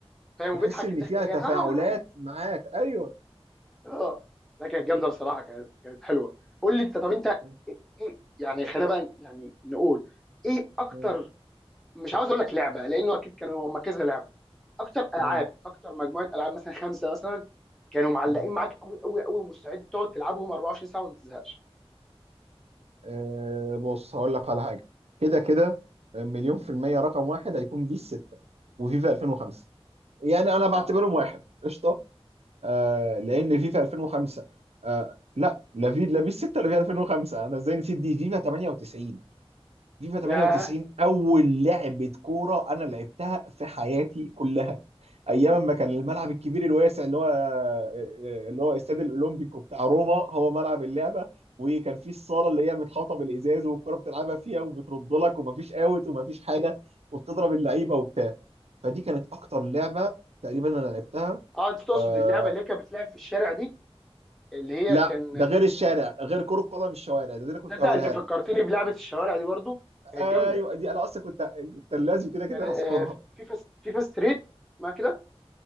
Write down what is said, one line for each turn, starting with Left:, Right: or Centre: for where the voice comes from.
Centre: فاهم وبيضحك
Right: تحس ان
Centre: الضحكه
Right: فيها
Centre: اللي
Right: تفاعلات
Centre: هي <laughs> ها ها ها.
Right: معاك ايوه
Centre: اه لا كانت جامده
Right: م-
Centre: بصراحه كانت كانت حلوه قول لي انت طب انت ايه
Right: م-
Centre: إيه- يعني خلينا بقى يعني نقول ايه اكتر
Right: م-
Centre: مش عاوز اقول لك لعبه لانه اكيد كانوا هم كذا لعبه اكتر العاب
Right: م-
Centre: اكتر مجموعه العاب مثلا خمسه مثلا كانوا معلقين
Right: مم.
Centre: معاك قوي قوي قوي ومستعد تقعد تلعبهم 24 ساعه وما تزهقش
Right: آه، بص هقول لك على حاجه كده كده آه، مليون في المية رقم واحد هيكون بيس 6 وفيفا 2005 يعني انا بعتبرهم
Centre: اه
Right: واحد قشطه آه لان فيفا 2005 آه لا لا في لا بيس 6 ولا فيفا 2005 انا ازاي نسيت دي فيفا 98 فيفا 98
Centre: يا
Right: اول لعبه كوره انا لعبتها في حياتي كلها ايام ما كان الملعب الكبير الواسع اللي هو آه، آه، اللي هو استاد الاولمبيكو بتاع روما هو ملعب اللعبه وكان في الصاله اللي هي متحوطه بالازاز والكره بتلعبها فيها وبترد لك ومفيش اوت ومفيش حاجه وبتضرب اللعيبه وبتاع فدي كانت اكتر لعبه تقريبا انا لعبتها
Centre: اه انت تقصد
Right: آه
Centre: اللعبه اللي هي كانت بتلعب في الشارع دي اللي هي
Right: لا
Centre: كان
Right: ده غير الشارع غير كرة قدم الشوارع ده, ده انا كنت
Centre: تصدق
Right: هقولها
Centre: انت فكرتني
Right: لك
Centre: بلعبه الشوارع دي برضو كانت
Right: ايوه
Centre: جامده
Right: دي انا اصلا كنت كنت لازم كده كده
Centre: كان آه،
Right: هسكرها
Centre: فيفا فيفا ستريت ما كده